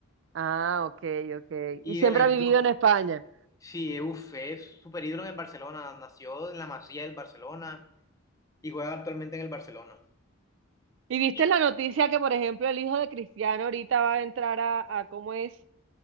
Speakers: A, on the right; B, on the left.
A: Ah, ok, ok.
B: Y
A: Y siempre
B: de la historia,
A: ha vivido en España.
B: sí, uf, es super ídolo en el Barcelona. Nació en la Masía del Barcelona y juega actualmente en el Barcelona.
A: ¿Y viste
B: Y-
A: la noticia que, por ejemplo, el hijo de Cristiano ahorita va a entrar a, a ¿cómo es?